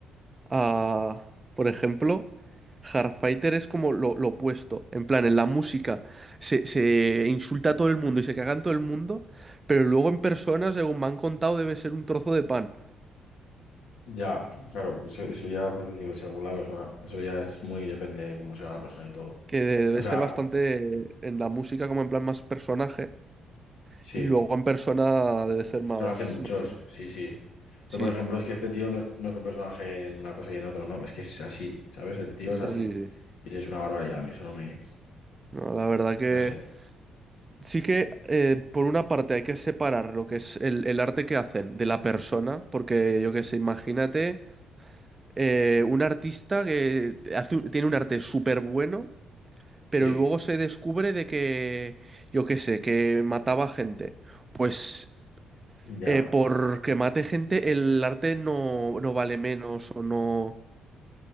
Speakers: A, on the right; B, on the left.
A: a, por ejemplo, Hardfighter es como lo, lo opuesto. En plan, en la música se, se insulta a todo el mundo y se caga en todo el mundo, pero luego en persona, según me han contado, debe ser un trozo de pan,
B: Ya, claro, pues e, eso ya, pues, digo, según la persona, eso ya es muy depende de cómo sea la persona y todo.
A: que debe
B: O sea,
A: ser bastante en la música como en plan más personaje,
B: sí,
A: y luego en persona debe ser
B: eso
A: más,
B: lo hacen muchos,
A: más chill.
B: sí, sí. Pero
A: Sí,
B: por ejemplo, es que este tío no es, no es un personaje en una cosa y en otra, no, es que es así, ¿sabes? El tío
A: eso
B: es así.
A: sí, sí.
B: Sí, sí, es una barbaridad, a mí eso no me...
A: No, la verdad que...
B: No sé,
A: Sí que, eh, por una parte, hay que separar lo que es el, el arte que hacen de la persona, porque yo qué sé, imagínate eh, un artista que hace tiene un arte súper bueno, pero
B: sí,
A: luego se descubre de que, yo qué sé, que mataba gente. Pues
B: ya,
A: eh, porque mate gente, el arte no, no vale menos o no,